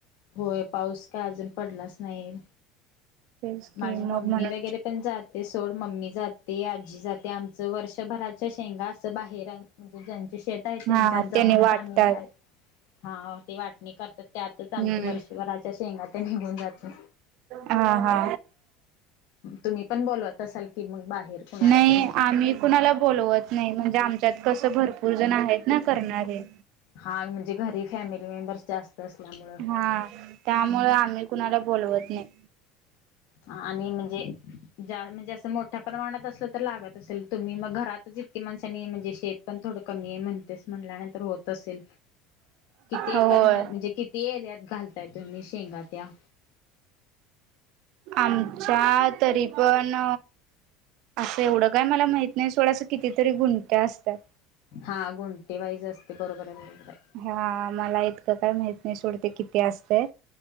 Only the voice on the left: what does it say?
होय पाऊस का अजून पडलाच नाही
माझी
मम्मी
वगैरे पण जात ते सोड मम्मी जाते आजी जाते आमचं वर्षभराच्या शेंगा असं बाहेर म्हणजे ज शेत आहे त्यांच्यात
जाऊनच
आम्ही हा ते वाटणी करतात त्यातच
आमचं वर्षभराच्या शेंगा त्या निघून जातं
तुम्ही पण बोलवत असाल की मग बाहेर कुणाला
तरी
हा म्हणजे घरी फॅमिली मेंबर्स जास्त असल्यामुळं
ह आणि म्हणजे ज म्हणजे असं मोठा प्रमाणात असलं तर लागत असेल तुम्ही मग घरातच इतके माणसांनी म्हणजे शेत पण थोडं कमी आहे म्हणतेस म्हणल्यानंतर होत असेल किती एकर
म्हणजे किती एरीयात घालताय तुम्ही शेंगा त्या
हा गोंटे वाईज असते बरोबर आहे आहे